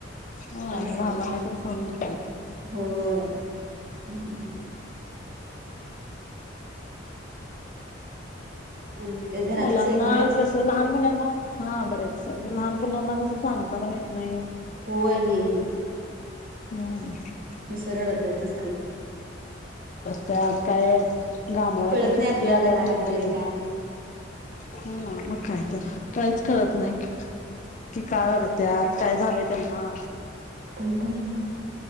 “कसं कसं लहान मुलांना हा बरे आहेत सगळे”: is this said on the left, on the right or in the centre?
Left